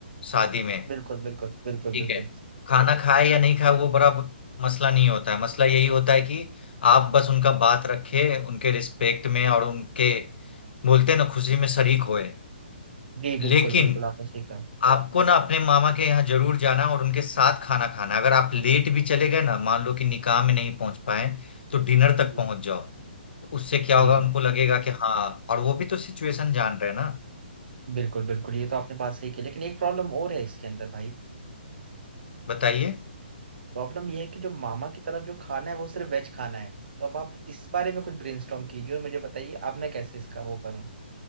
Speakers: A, on the left; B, on the right.
A: शादी में
B: बिल्कुल बिल्कुल बिल्कुल
A: ठीक
B: बिल्कुल
A: है खाना खाए या नहीं खाए वो बड़ा ब- मसला नहीं होता है मसला यही होता है कि आप बस उनका बात रखे उनके रिस्पेक्ट में और उनके बोलते हैं ना खुशी में शरीक होए
B: जी बिल्कुल
A: लेकिन
B: बिल्कुल आपने सही कहा
A: आपको ना अपने मामा के यहाँ जरूर जाना और उनके साथ खाना खाना अगर आप लेट भी चले गए ना मान लो कि निकाह में नहीं पहुंच पाए तो डिनर तक
B: जी
A: पहुंच
B: जी
A: जाओ तो उससे क्या
B: जी
A: होगा
B: जी
A: उनको लगेगा कि हाँ और वो भी तो सिचुएशन जान रहे हैं ना
B: बिल्कुल बिल्कुल ये तो आपने बात सही की लेकिन एक प्रॉब्लम और है इसके अंदर भाई
A: बताइए
B: प्रॉब्लम ये है कि जो मामा की तरफ जो खाना है वो सिर्फ वेज खाना है तो अब आप इस बारे में कुछ ब्रेनस्टॉर्म कीजिए और मुझे बताइए अब मैं कैसे इसका वो करूँ